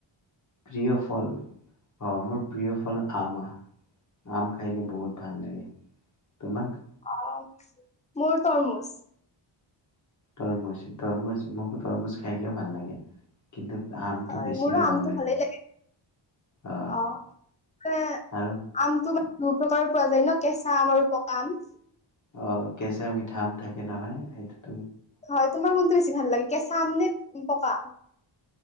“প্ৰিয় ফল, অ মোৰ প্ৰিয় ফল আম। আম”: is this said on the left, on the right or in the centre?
Left